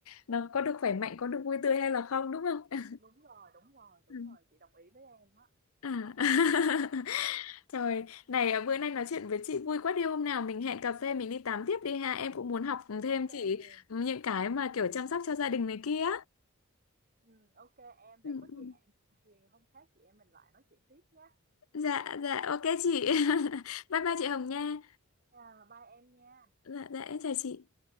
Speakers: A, on the left; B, on the right.
A: nó có được khỏe mạnh có được vui tươi hay là không đúng không
B: đúng rồi, đúng rồi, đúng
A: Ừ.
B: rồi, chị đồng ý với em á.
A: à. <laughs> trời này à, bữa nay nói chuyện với chị vui quá đi hôm nào mình hẹn cà phê mình đi tám tiếp đi ha em cũng muốn học thêm
B: Ok
A: chị
B: Huyền.
A: những cái
B: Ừm,
A: mà
B: ừm,
A: kiểu chăm sóc cho gia đình này kia
B: ừm, ok em, vậy
A: Ừ,
B: có
A: ừ.
B: gì hẹn Huyền hôm khác chị em mình lại nói chuyện tiếp nhé.
A: dạ dạ ok chị <laughs> bye bye chị Hồng nha
B: À, bye em nha.
A: dạ dạ em chào chị